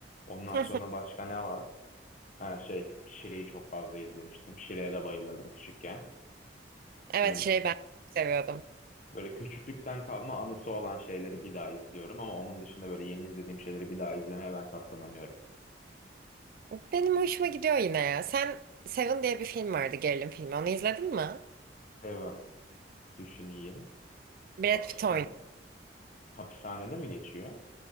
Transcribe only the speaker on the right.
<laughs>
Evet
şey ben seviyordum.
Benim hoşuma gidiyor yine ya. Sen Seven diye bir film vardı, gerilim filmi. Onu izledin mi?
Brad
Pitt oynuyor.